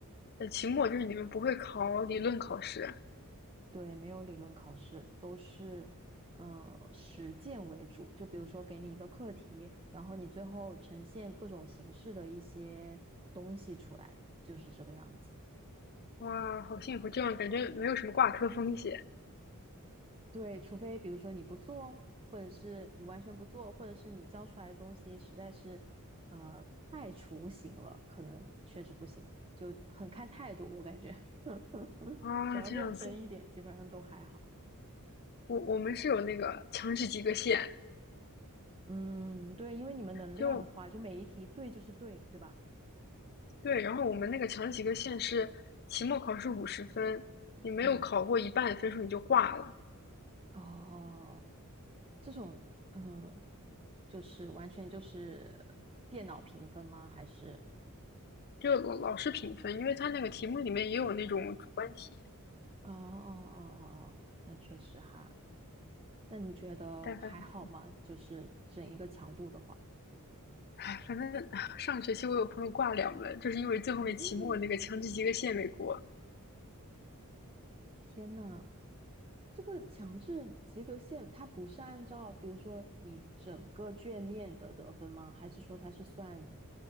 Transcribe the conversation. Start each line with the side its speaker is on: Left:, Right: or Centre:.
Left: 呃，期末就是你们不会考理论考试，
Right: 对，没有理论考试，都是呃实践为主。就比如说给你一个课题，然后你最后呈现各种形式的一些东西出来，就是这个样子。
Left: 哇，好幸福，这样感觉没有什么挂科风险
Right: 对，除非比如说你不做，或者是你完全不做，或者是你教出来的东西实在是呃太雏形了，可能确实不行，就很看态度。我感觉 <laughs>
Left: 啊，
Right: 只要认真一点，
Left: 这样子。
Right: 基本上都还好。
Left: 我我们是有那个强制及格线，
Right: 嗯，对，因为你们能量化，
Left: 就
Right: 就每一题对就是对，对吧？
Left: 对，然后我们那个强制及格线是期末考试五十分，你没有考过一半的分数你就挂了，
Right: 嗯。哦，这种，嗯，就是完全就是电脑评分吗？还是？
Left: 就老老师评分，因为他那个题目里面也有那种主观题，
Right: 哦哦哦哦哦，那确实哈。那你觉得还好吗？
Left: 但反正
Right: 就是整一个强度的话，
Left: 唉，反正 <laughs> 上学期我有朋友挂两门，就是因为最后面期末那个强制及格线没过，
Right: 嗯，天呐，这个强制及格线它不是按照比如说你整个卷面的得分吗？还是说它是算